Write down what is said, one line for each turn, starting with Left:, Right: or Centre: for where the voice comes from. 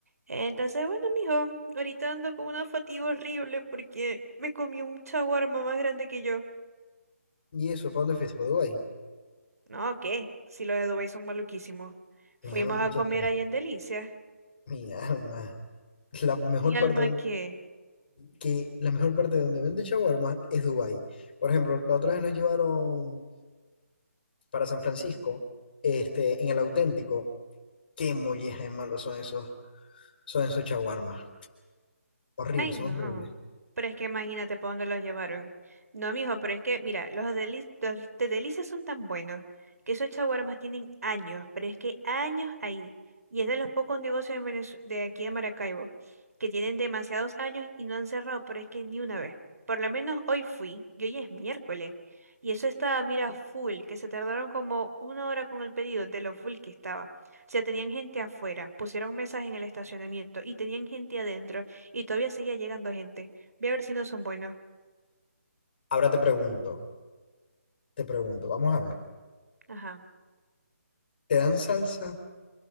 Right: Entonces, bueno, mijo, ahorita ando con una fatiga horrible porque me comí un chaguarma más grande que yo.
Left: ¿Y eso? ¿Para dónde fuiste? ¿Para Dubái?
Right: No, ¿qué? Si los de Dubái son maluquísimos. Fuimos
Left: Mi alma, muchacha.
Right: a comer ahí en Delicia.
Left: Mi alma. La mejor
Right: Mi alma,
Left: parte de-
Right: ¿qué?
Left: que la mejor parte de donde vende shawarma es Dubái. Por ejemplo, la otra vez nos llevaron para San Francisco, este, en el auténtico. Qué molleja de malos son esos, son esos shawarmas. Horribles,
Right: Ay, no.
Left: son horribles.
Right: Pero es que imagínate por dónde los llevaron. No, mijo, pero es que, mira, los deli- los de delicias son tan buenos que esos chaguarmas tienen años, pero es que años ahí. Y es de los pocos negocios en Venezue- de aquí de Maracaibo que tienen demasiados años y no han cerrado, pero es que ni una vez. Por lo menos hoy fui, y hoy es miércoles. Y eso estaba, mira, full, que se tardaron como una hora con el pedido de lo full que estaba. O sea, tenían gente afuera, pusieron mesas en el estacionamiento y tenían gente adentro. Y todavía seguía llegando gente. Voy a ver si no son buenos.
Left: Ahora te pregunto, te pregunto, vamos a ver.
Right: Ajá.
Left: ¿Te dan salsa?